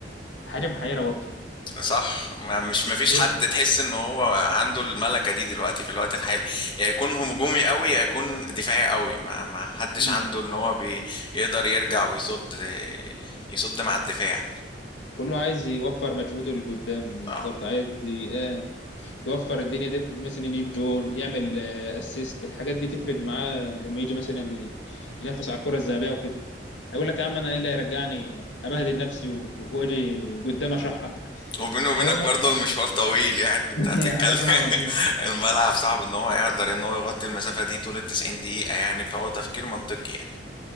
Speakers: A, on the left; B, on the left.
A: حاجة محيرة برضه
B: صح ما مش مفيش
A: محيرة
B: حد تحس ان هو عنده الملكه دي دلوقتي في الوقت الحالي يا يكون هجومي قوي يا يكون دفاعي قوي ما, ما حدش
A: مم.
B: عنده ان هو بيقدر يرجع ويصد يصد مع الدفاع
A: كله عايز يوفر مجهوده لقدام بالظبط
B: اه
A: عايز ي- آه يوفر الدنيا دي مثلا يجيب جون يعمل آه اسيست الحاجات دي تفرق معاه لما يجي مثلا ي- ينافس على الكرة الذهبية وكده هيقول لك يا عم انا ايه اللي هيرجعني ابهدل نفسي وهو جاي قدام اشحر
B: وبيني وبينك
A: فهو
B: برضه
A: <laughs>
B: المشوار طويل يعني انت هتتكلم
A: هي حاجة صعبة
B: <laughs>
A: كده
B: الملعب صعب ان هو يقدر ان هو يغطي المسافة دي طول التسعين دقيقة يعني فهو تفكير منطقي يعني